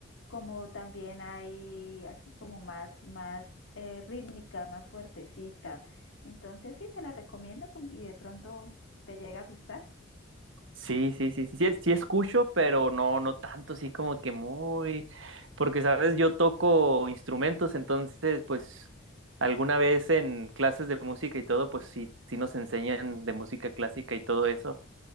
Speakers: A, on the left; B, on the right.
A: como también hay así como más, más eh, rítmica, más fuertecita. Entonces sí, te la recomiendo com- y de pronto te llega a gustar.
B: Sí, sí, sí, sí, sí, sí escucho, pero no, no tanto, sí como que muy, porque sabes, yo toco instrumentos, entonces, pues, alguna vez en clases de música y todo, pues sí, sí nos enseñan de música clásica y todo eso,